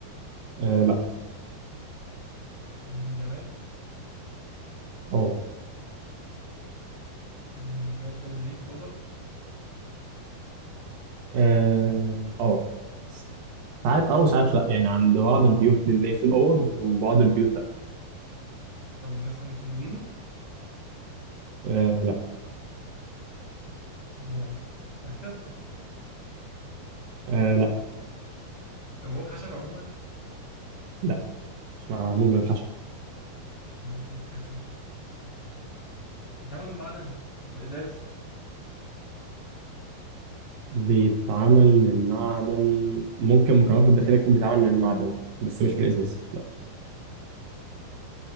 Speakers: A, on the right; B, on the left.
A: آه لا
B: مم، جماد
A: اه
B: مم، جماد ده بنلاقيه في الاوضه
A: اه آه. س- ساعات اه وساعات لا يعني عند بعض البيوت بنلاقي في الأوض وبعض البيوت لا
B: طب مثلا كومودينو
A: آه لا
B: اه مكتب
A: آه لا
B: طب هو خشب عموما
A: لا مش معمول من الخشب
B: مش معمول من خشب بيتعمل من معدن وازاز
A: بيتعمل من معدن ممكن مكوناته الداخلية تكون بيتعمل من معدن بس مش من إزاز لا